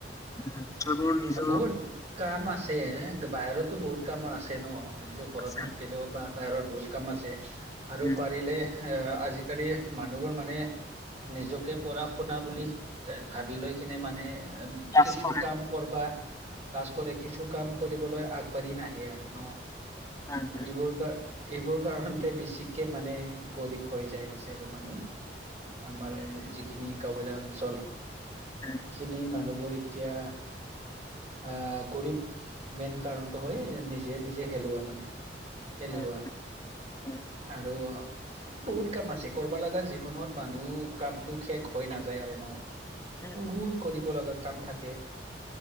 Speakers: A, on the left (about 20°); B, on the right (about 40°).
A: উম সেইবোৰ নিজৰ
B: বহুত কাম আছে বাহিৰতো বহুত কাম আছে ন নিজৰ ঘৰত
A: আছে,
B: নাথাকিলেও বা বাহিৰত বহুত কাম আছে আৰু
A: উম,
B: পাৰিলে এ আজিকালি মানুহবোৰ মানে নিজকে পঢ়া শুনা বুলি এ ভাবি লৈ কিনে মানে এ
A: লাজ
B: কিছু
A: কৰে
B: কাম কৰবা লাজ কৰে কিছু কাম কৰিবলৈ আগবাঢ়ি নাহে আৰু ন
A: হয় হয়
B: এইবোৰ কাৰ এইবোৰ কাৰণতে বেছিকে মানে গৰীব হৈ যাই আছে আৰু মানুহ আমাৰ যিখিনি গাঁওবোলীয়া অঞ্চল
A: উম
B: ইখিনি মানুহবোৰ এতিয়া, আহ গৰীব মেইন কাৰণটো হয় নিজে নিজে হেলোৱা মানে, এলেহুৱা
A: হয় হয়
B: আৰু, বহুত কাম আছে কৰবা লগা জীৱনত মানুহ কামটো শেষ হৈ নাযায় আৰু ন,
A: উম
B: বহুত কৰিব লগা কাম থাকে,